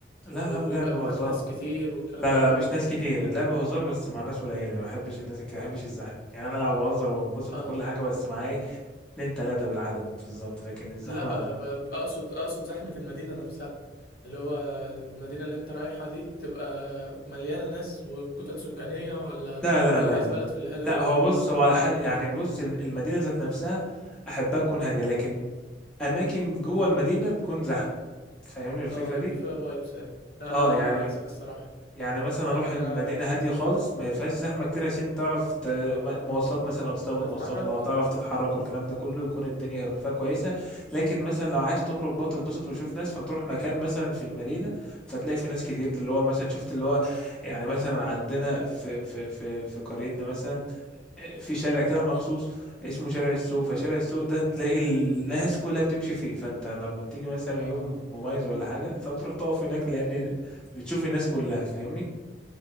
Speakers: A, in the centre; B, on the left.
A: لا
B: و-
A: لا لعب
B: ويبقى
A: وهزار
B: معاك ناس كتير والكلام
A: لا
B: ده
A: لا
B: كله
A: لا مش ناس كتير لعب وهزار بس مع ناس قليله ما بحبش الناس كده ما بحبش الزحمه يعني انا العب وهزر وانبسط
B: اه
A: وكل حاجه بس مع ايه اتنين تلاته بالعدد بالظبط لكن الزحمه
B: لا ب- اقصد اقصد زحمة المدينة نفسها اللي هو المدينة اللي انت رايحها دي تبقى مليانة ناس وكتل سكانية ولا
A: لا لا
B: ولا
A: لا
B: عايز
A: لا
B: بلد في الهادي
A: لا
B: منه
A: هو بص هو على حق يعني بص الم- المدينه ذات نفسها احبها تكون هاديه لكن اماكن جوه المدينه تكون زحمه فاهمني الفكره
B: اه يبقى
A: دي
B: فيها فايبس يعني
A: اه
B: انا
A: يعني
B: انا عكسك الصراحة
A: يعني مثلا
B: يعني
A: اروح
B: انا
A: المدينه هاديه خالص ما فيهاش زحمه كتير عشان تعرف ت... م- مواصلات مثلا لو تستخدم
B: بتحرك
A: مواصلات لو تعرف تتحرك والكلام ده كله يكون الدنيا فيها كويسه لكن مثلا لو عايز تخرج بقى تتبسط وتشوف ناس فتروح مكان مثلا في المدينه فتلاقي في ناس كتير اللي هو مثلا شفت اللي هو يعني مثلا عندنا في في في في قريتنا مثلا آه، في شارع كده مخصوص اسمه شارع السوق فشارع السوق ده تلاقي الناس كلها بتمشي فيه فانت لما بتيجي مثلا
B: اه
A: يوم مميز ولا حاجه فبتروح تقف هناك لان بتشوف الناس كلها فاهمني